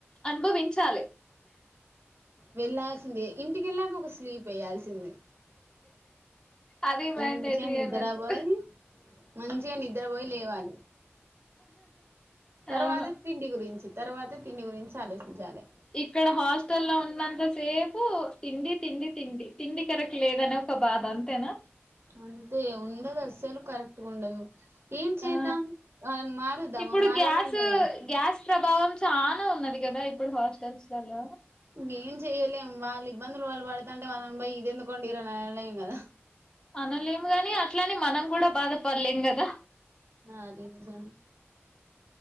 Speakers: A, on the left; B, on the right.
A: అనుభవించాలి
B: వెళ్లాల్సిందే ఇంటికెళ్ళాక ఒక స్లీప్ ఏయ్యాల్సిందే
A: అది మాండేటరీ
B: మంచిగా నిద్రపోయి
A: అన్నట్టు
B: మంచిగా నిద్రపోయి లేవాలి తర్వాత
A: అవును
B: తిండి గురించి తర్వాత తిండి గురించి ఆలోచించాలి
A: ఇక్కడ హాస్టల్ లో ఉన్నంత సేపు తిండి తిండి తిండి తిండి కరెక్ట్ లేదన ఒక బాధా అంతేనా
B: అంతే ఉండదు అస్సలు కరెక్ట్గా ఉండదు ఏం చేద్దాం
A: ఆ
B: వాళ్ళని మారుద్దామా
A: ఇప్పుడు
B: మారవలేం
A: గ్యాస్
B: కదా
A: గ్యాస్ ప్రభావం చా ఉన్నది కదా ఇప్పుడు హాస్టల్స్లలో
B: ఇక ఏం చెయ్యలేం వాళ్ళు ఇబ్బందులు వాళ్ళు పడుతంటే వాళ్ళని బోయి ఇది ఎందుకోండిరు అని అనలేం కదా
A: అనలేము గాని అట్లనే మనం కూడా బాధపడలేం కదా
B: ఆ అది నిజమే